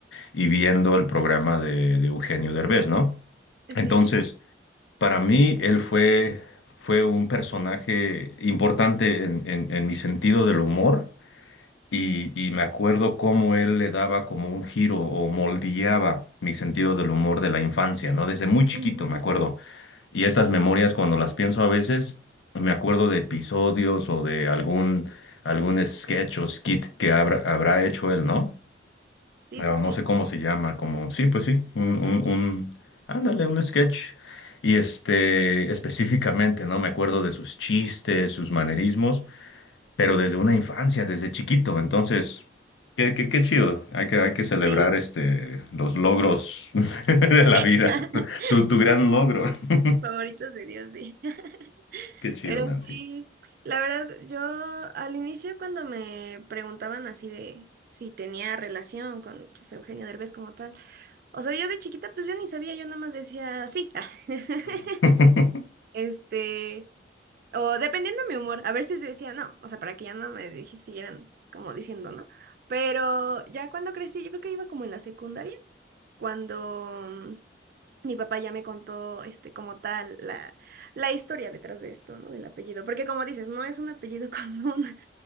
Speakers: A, on the left; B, on the right.
A: y viendo el programa de, de Eugenio Derbez, ¿no?
B: Sí.
A: Entonces, para mí, él fue, fue un personaje importante en, en en mi sentido del humor y, y me acuerdo cómo él le daba como un giro o moldeaba mi sentido del humor de la infancia, ¿no? Desde muy chiquito
B: Ujú.
A: me acuerdo. Y estas memorias, cuando las pienso a veces, me acuerdo de episodios o de algún, algún sketch o skit que habrá, habrá hecho él, ¿no?
B: Sí,
A: Pero
B: sí, sí.
A: no sé cómo se llama, como, sí, pues sí, un,
B: Como sketch.
A: un, un, ándale, un sketch. Y este, específicamente, ¿no? Me acuerdo de sus chistes, sus manerismos pero desde una infancia, desde chiquito. Entonces, qué, qué, qué chido. Hay que, hay que celebrar
B: Sí.
A: este, los logros <laughs> de la
B: <laughs>
A: vida. Tu, tu, tu gran logro. <laughs>
B: Favoritos de Dios, sí. <laughs>
A: Qué chido,
B: Pero
A: Nancy.
B: sí, la verdad, yo al inicio cuando me preguntaban así de si tenía relación con pues, Eugenio Derbez como tal, o sea, yo de chiquita pues yo ni sabía, yo nada más decía sí. <laughs>
A: <laughs>
B: Este, o dependiendo de mi humor, a ver si decía no, o sea, para que ya no me dije, siguieran como diciendo no. Pero ya cuando crecí, yo creo que iba como en la secundaria, cuando mm, mi papá ya me contó, este, como tal, la, la historia detrás de esto, ¿no? Del apellido, porque como dices, no es un apellido <laughs> común.